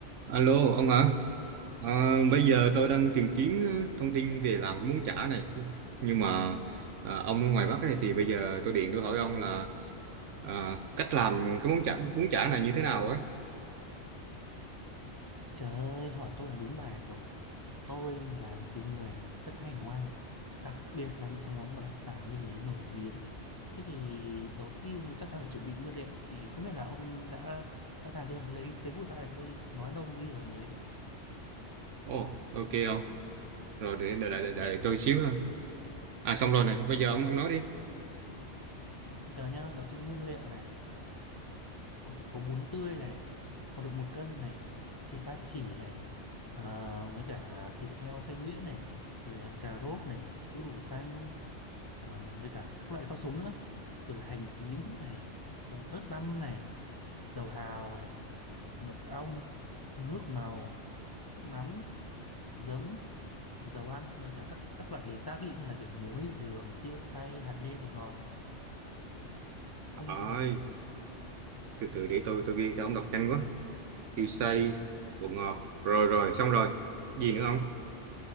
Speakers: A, on the right (about 85°); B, on the left (about 35°).
A: Alo ông ạ à? bây giờ tôi đang tìm kiếm ờ, thông tin về làm cái bún chả này nhưng mà ờ, ông ở ngoài Bắc ấy, thì bây giờ tôi điện tôi hỏi ông là ờ, cách làm cái món chả bún chả này như thế nào á
B: Trời ơi, hỏi tôi là đúng bài rồi. Tôi là một cái người mà rất hay nấu ăn, đặc biệt là những cái món mà đặc sản như thế nổi tiếng. Thế thì đầu tiên là chắc chắn phải chuẩn bị nguyên liệu thì không biết là ông đã sẵn sàng chưa? Lấy giấy bút ra để tôi nói nông ghi vào đấy.
A: Ồ ok ông rồi để đợi, đợi, đợi, đợi tôi xíu ha à xong rồi này bây giờ ông ông nói đi
B: Bây giờ nhá, đầu tiên nguyên liệu này, có phải có bún tươi này, có độ một cân này, thịt ba chỉ này, ờ, mấy cả thịt heo xay nhuyễn này, rồi cà rốt này, đu đủ xanh Ờ, với cả các loại rau sống nữa rồi là hành tím này ờ, ớt băm này dầu hào này mật ong nước màu nước mắm giấm dầu ăn với cả các các loại gia vị như là kiểu muối đường tiêu xay hạt nêm bột ngọt ông
A: Ôi,
B: ghi đi vào chưa
A: từ từ để tôi tôi ghi tôi ông đọc nhanh quá tiêu xay bột ngọt rồi rồi xong rồi gì nữa ông